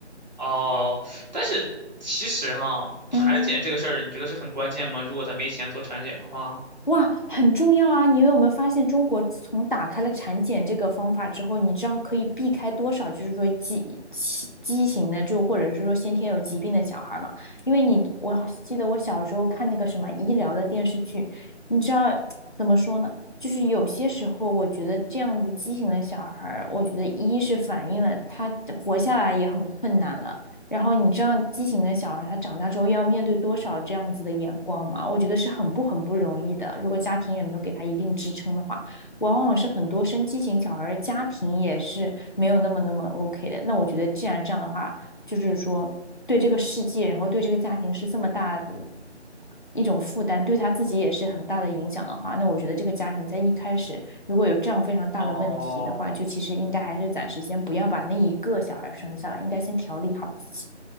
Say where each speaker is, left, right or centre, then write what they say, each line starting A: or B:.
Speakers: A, on the right; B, on the left.
A: 哦，但是其实哈，产检这个事儿，
B: 嗯。
A: 你觉得是很关键吗？如果他没钱做产检的话，
B: 哇，很重要啊！你有没有发现，中国自从打开了产检这个方法之后，你知道可以避开多少，就是说畸畸畸形的，就或者是说先天有疾病的小孩嘛？因为你，我好记得我小时候看那个什么医疗的电视剧，你知道怎么说呢？就是有些时候，我觉得这样子畸形的小孩儿，我觉得一是反映了他活下来也很困难了，然后你知道畸形的小孩他长大之后要面对多少这样子的眼光吗？我觉得是很不很不容易的。如果家庭也没有给他一定支撑的话，往往是很多生畸形小孩的家庭也是没有那么那么 OK 的。那我觉得既然这样的话，就是说对这个世界，然后对这个家庭是这么大的一种负担，对他自己也是很大的影响的话，那我觉得这个家庭在一开始如果有这样非常大的问题的话，
A: 哦，
B: 就其实应该还是暂时先不要把那一个小孩生下来，应该先调理好自己。